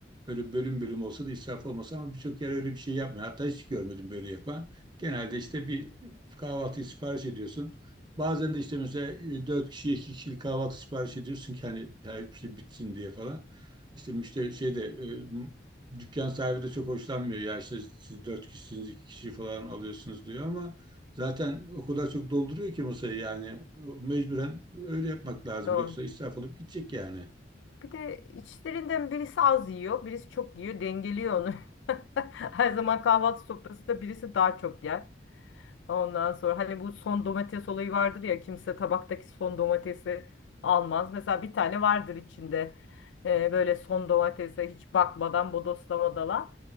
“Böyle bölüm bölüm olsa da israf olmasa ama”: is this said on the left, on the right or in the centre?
Right